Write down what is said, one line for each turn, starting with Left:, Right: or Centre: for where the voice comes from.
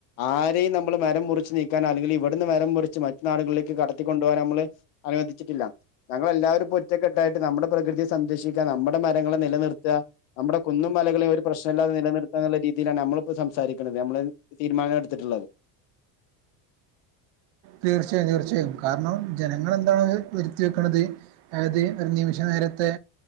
Left: ആരെയും നമ്മൾ മരം മുർ ച്ച് നീക്കാനൻ അല്ലെങ്കിൽ ഇവിടന്ന് മരം കുറിച്ച് മറ്റു നാളുകളിലേക്ക് കടത്തിക്കൊുപോകനമ്മൾ അനുവദിച്ചിട്ടില്ല ഞങ്ങല്ലാവരും ഒറ്റക്കെട്ടായിട്ട് നമ്മുടെ പ്രകൃതിയെ സംരക്ഷിക്കാൻ നമ്മുടെ നമ്മുടെ മരങ്ങളെ നിലനിർത്തുക നമ്മുടെ കുന്നും മലകളെ ഒരു പ്രശ്നമല്ലാതെ നിലനിർത്താ എന്നുള്ള രീതിയിലാണ് നമ്മളിപ്പോൾ സംസാരിക്കണുന്നത് നമ്മള് തീരുമാനം എടുത്തിട്ടുള്ളത്
Right: തീർച്ചയായും തീർച്ചയായും കാരണം ജനങ്ങൾെന്താണ് വരുത്തി വെക്കണുന്നത് അതായത് ഒരു നിമിഷ നേരത്തെ